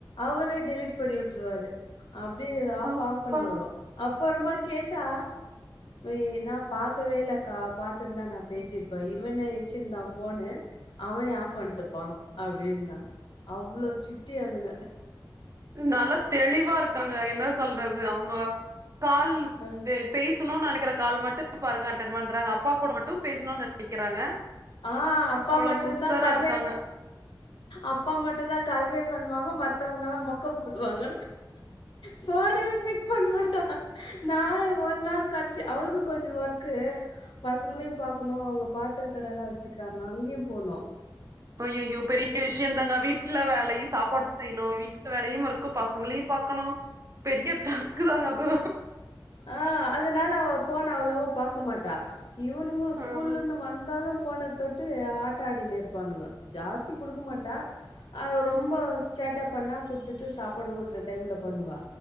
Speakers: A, on the left; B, on the right.
A: அவரே டிலிட் பண்ணி வுட்ருவாரு அப்டி ஆஃப்
B: அப்பா
A: ஆஃப்ன்னு வரும் அப்புறமா கேட்டா போயி நா பாக்கவே இல்லக்கா பாத்துருந்தா நா பேசிருப்ப இவனே வச்சிருந்தான் ஃபோனு அவனே ஆஃப் பண்ட்டுப்பான் அப்டின்றாங்க அவ்ளோ சுட்டி அதுங்க
B: நல்லா தெளிவா இருக்காங்க என்ன சொல்றது அவுங்க கால்
A: அ.
B: பே பேசணு நெனைக்கிற கால் மட்டும் பாருங்க அட்டன் பண்றாங்க அப்பா ஃபோன மட்டும் பேசணு நெனைக்கிறாங்க
A: ஆ அப்பா
B: அவ்வளோ
A: மட்டும்
B: உஷாரா
A: தான் கன்வே
B: இருக்காங்க
A: அப்பா மட்டுதான் கால்வே பண்ணுவாங்க மத் மத்தவங்கலாம் மொக்க போடுவாங்க ஃபோனவே பிக் பண்ண மாட்டான் நா ஒரு நாள் கழிச்சு அவளுக்கு கொஞ்சம் ஒர்க்கு பசங்களையும் பாக்கணும் அவுங்க பாத்திர கடலாம் வச்சுக்கிறாங்க அங்கியும் போனும்
B: அய்யய்யோ பெரிய விஷயந்தாங்க வீட் ட்ல வேலையி சாப்பாடு செய்யுணும் வீட்ல வேலையு இருக்கும் பசங்களையும் பாக்கணும் பெரிய டாஸ்க்கு தாங்க அது
A: அ அதனால அவ ஃபோன அவ்வளவா பாக்க மாட்டா இவனுங்கோ ஸ்கூல்ல
B: ம்
A: இருந்து வந்ததும் ஃபோன தொட் டு ஆட்ட ஆடினுருப்பானுங்க ஜாஸ்தி குடுக்க மாட்டா அ ரொம்ப சேட்டா பண்ணா குடுத்துட்டு சாப்பாடு ஊட்ற டைம்ல பண்ணுவா